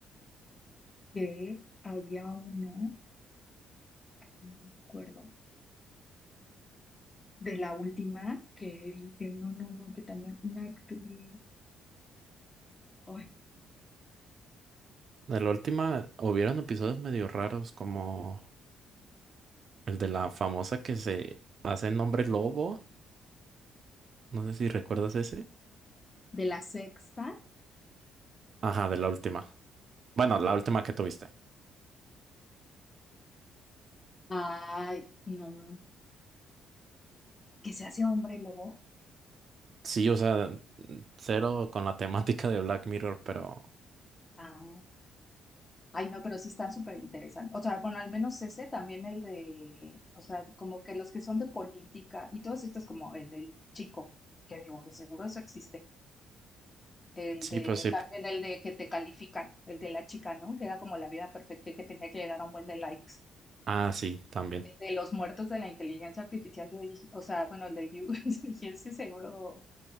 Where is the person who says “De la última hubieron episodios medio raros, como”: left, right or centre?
Right